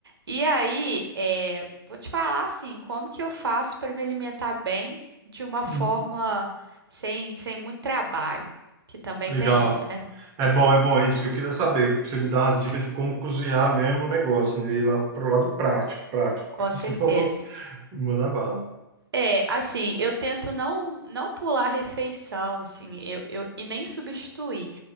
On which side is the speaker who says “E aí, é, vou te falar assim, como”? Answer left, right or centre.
Right